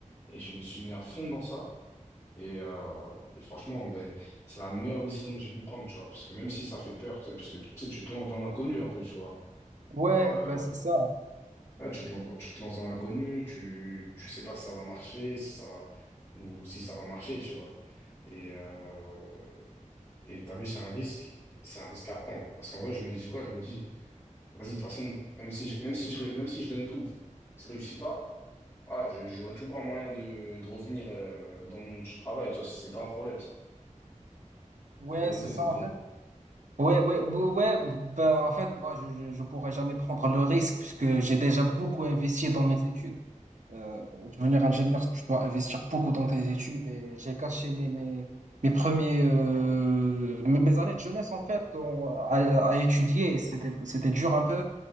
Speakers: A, on the left; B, on the right.
A: Et je me suis mis à fond dans ça. Et, euh, et franchement, ben, c'est la meilleure décision que j'ai pu prendre, tu vois. Parce que même si ça fait peur, tu sais, parce que tu sais, tu te lances dans l'inconnu un peu, tu vois.
B: Ouais,
A: Genre, euh,
B: ouais, c'est ça.
A: ouais, tu te lances dans, tu te lances dans l'inconnu, tu, tu sais pas si ça va marcher, si ça va, ou si ça va marcher, tu vois. Et, euh, Et t'as vu, c'est un risque, mais c'est un risque à prendre. Parce qu'en vrai, je me dis quoi? Je me dis, vas-y, de toute façon, même si je, même si je, même si je donne tout, si je réussis pas, voilà, je- j'aurai toujours un moyen de, de revenir euh, dans le monde du travail. Toi, c'est pas un problème, ça.
B: Ouais,
A: Faut oser,
B: c'est ça,
A: c'est tout.
B: en fait. Ouais, ouais, ouais, ouais, ben, en fait, moi, je, je, je pourrais jamais prendre le risque puisque j'ai déjà beaucoup investi dans mes études. Euh, devenir ingénieur, tu dois investir beaucoup dans tes études et j'ai gâché mes, mes, mes premiers, euh, mes mes années de jeunesse en fait en- à, à étudier et c'était, c'était dur un peu.